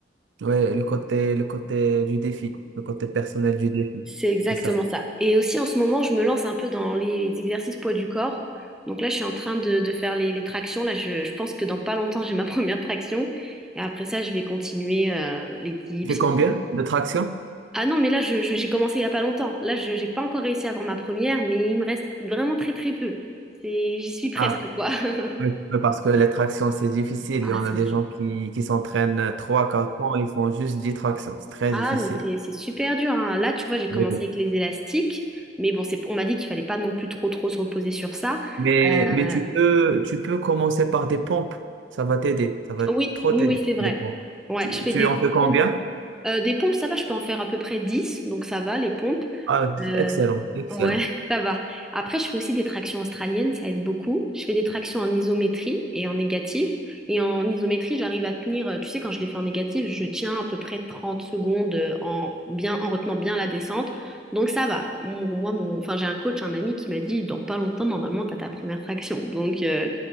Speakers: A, on the right; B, in the centre.
A: Ouais, le côté, le côté du défi, le côté personnel du défi,
B: C'est exactement
A: c'est ça.
B: ça. Et aussi en ce moment, je me lance un peu dans les exercices poids du corps. Donc là, je suis en train de, de faire les, les tractions. Là, je, je pense que dans pas longtemps, j'ai ma <laughs> première traction. Et après ça, je vais continuer euh, les dips
A: C'est
B: et
A: combien
B: tout.
A: de tractions
B: Ah non, mais là, je, je- j'ai commencé il y a pas longtemps. Là, je j'ai pas encore réussi à avoir ma première, mais il me reste vraiment très très peu. C'est, j'y suis presque,
A: Ah,
B: quoi. <laughs>
A: oui, oui, parce que les tractions, c'est difficile.
B: Ah,
A: Il y en a
B: c'est
A: des
B: dur.
A: gens qui, qui s'entraînent trois quatre ans, ils font juste 10 tractions. C'est très difficile.
B: Ah, mais c'est c'est super dur, hein. Là, tu vois, j'ai commencé
A: Oui, oui.
B: avec les élastiques, mais bon, c'est, on m'a dit qu'il fallait pas non plus trop trop se reposer sur ça.
A: Mais,
B: Euh,
A: mais tu peux, tu peux commencer par des pompes. Ça va t'aider. Ça va
B: oui,
A: trop
B: oui,
A: t'aider,
B: oui, c'est vrai.
A: des pompes.
B: Ouais,
A: Tu,
B: je fais
A: tu
B: des
A: en fais combien?
B: pompes. Euh, des pompes, ça va, je peux en faire à peu près dix donc ça va, les pompes.
A: Ah,
B: Euh,
A: excellent, excellent.
B: ouais, <laughs> ça va. Après, je fais aussi des tractions australiennes, ça aide beaucoup. Je fais des tractions en isométrie et en négative. Et en isométrie, j'arrive à tenir, euh, tu sais, quand je les fais en négative, je tiens à peu près trente secondes euh, en, bien, en retenant bien la descente. Donc ça va. Mon- moi, mon, enfin, j'ai un coach, un ami qui m'a dit, dans pas longtemps, normalement, t'as ta première traction. <laughs> Donc, euh,